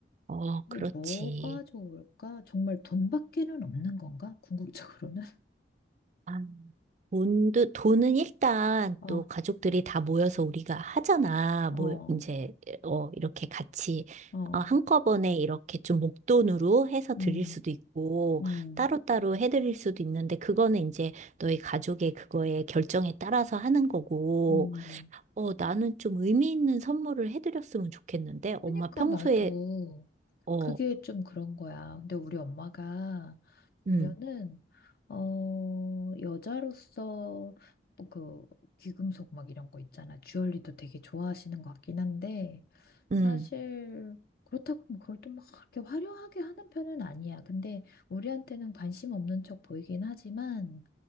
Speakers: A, on the right (about 40°); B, on the left (about 55°).
A: 어,
B: 이게
A: 그렇지.
B: 뭐가 좋을까? 정말 돈밖에는 없는 건가? 궁극적으로는. <laughs>
A: 아, 돈도, 돈은 일단
B: 아,
A: 또 가족들이 다 모여서 우리가 하잖아.
B: 어,
A: 뭐, 이제, 어, 이렇게 같이,
B: 어,
A: 어, 한꺼번에 이렇게 좀 목돈으로 해서 드릴
B: 음,
A: 수도 있고,
B: 음,
A: 따로따로 해드릴 수도 있는데, 그거는 이제 너희 가족의 그거에 결정에 따라서 하는 거고,
B: 음.
A: 어, 나는 좀 의미 있는 선물을 해드렸으면 좋겠는데, 엄마
B: 그러니까
A: 평소에,
B: 나도
A: 어,
B: 그게 좀 그런 거야. 근데 우리 엄마가
A: 음,
B: 면은 어 여자로서 뭐 그 귀금속 막 이런 거 있잖아. 주얼리도 되게 좋아하시는 것 같긴 한데
A: 음,
B: 사실 그렇다고 뭐 그걸 또 막 그렇게 화려하게 하는 편은 아니야. 근데 우리한테는 관심 없는 척 보이긴 하지만